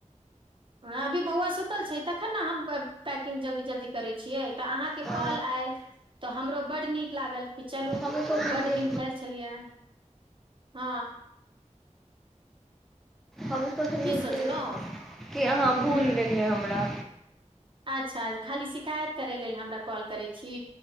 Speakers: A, on the right; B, in the centre.
A: हँ अभी बौआ सुतल छै तखन ने हम पै पैकिंग जल्दी जल्दी करैत छियै तऽ अहाँके
B: हँ
A: कॉल आयल। तऽ हमरो बड नीक लागल कि चलू
B: हमहूँ सोचलिए
A: बड दिन भेल छलेए। हँ।
B: हम सोचलियै
A: की सोचलहुँ
B: कि कि अहाँ
A: ह
B: भूलि गेलियै हमरा।
A: अच्छा खाली शिकायत करै लेल हमरा कॉल करै छी